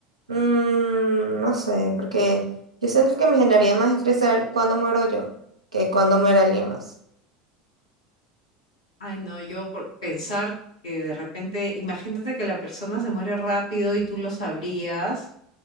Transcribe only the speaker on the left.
Ay, no, yo por pensar que de repente, imagínate que la persona se muere rápido y tú lo sabrías.